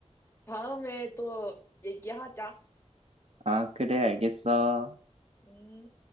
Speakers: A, on the left; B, on the right.
A: 다음에 또 얘기하자.
B: 아, 그래, 알겠어.
A: 음.